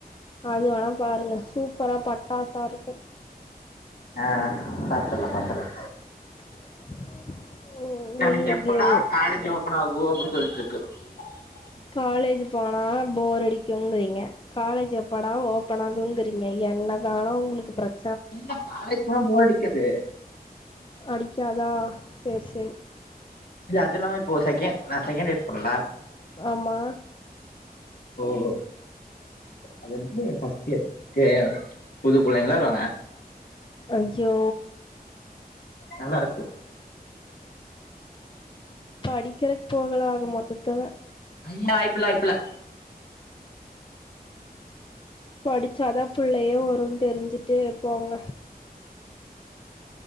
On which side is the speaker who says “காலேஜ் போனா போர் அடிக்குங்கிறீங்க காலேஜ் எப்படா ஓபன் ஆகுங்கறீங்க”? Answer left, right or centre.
Left